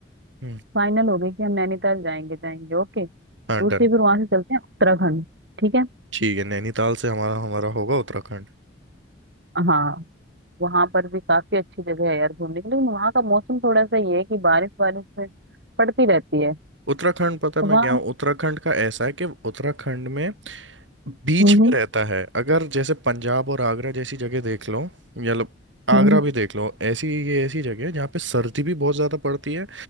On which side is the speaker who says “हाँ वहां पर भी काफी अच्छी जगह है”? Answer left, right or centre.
Right